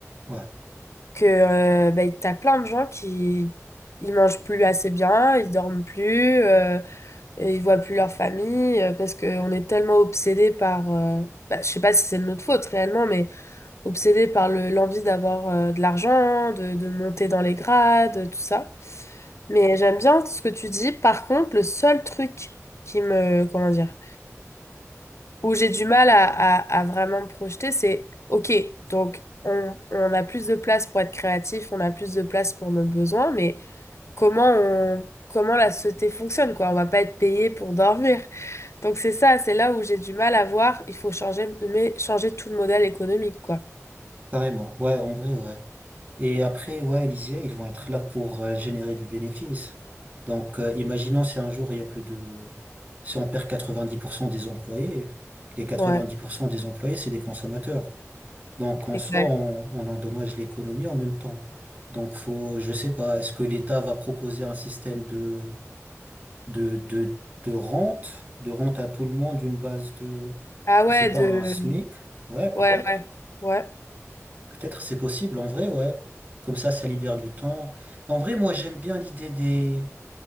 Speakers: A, on the right; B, on the left.
A: ouais,
B: que euh, ben, t'as plein de gens qui ils mangent plus assez bien, ils dorment plus. euh, et ils voient plus leur famille euh, parce qu'on est tellement obsédé par, euh, bah, je sais pas si c'est de notre faute réellement, mais obsédé par le, l'envie d'avoir euh, de l'argent, de, de monter dans les grades, euh, tout ça. Mais j'aime bien ce que tu dis. Par contre, le seul truc qui me, comment dire, où j'ai du mal à, à, à vraiment me projeter, c'est, OK, donc on, on a plus de place pour être créatif, on a plus de place pour nos besoins, mais comment on, comment la société fonctionne, quoi? On va pas être payé pour dormir. Donc c'est ça, c'est là où j'ai du mal à voir. Il faut changer, mais changer tout le modèle économique, quoi.
A: carrément. Ouais, en vrai, ouais. Et après, ouais, les IA, ils vont être là pour euh, générer du bénéfice. Donc, euh, imaginons si un jour, il y a plus de... Si on perd 90% des employés, les 90%
B: Ouais,
A: des employés, c'est des consommateurs. Donc, en
B: exact.
A: soi, on, on endommage l'économie en même temps. Donc, faut, je sais pas, est-ce que l'État va proposer un système de, de, de, de rente, de rente à tout le monde, une base de,
B: Ah
A: je
B: ouais,
A: sais pas,
B: de...
A: un SMIC? Ouais, peut-être.
B: Ouais, ouais, ouais,
A: Peut-être c'est possible, en vrai, ouais. Comme ça, ça libère du temps. En vrai, moi, j'aime bien l'idée des,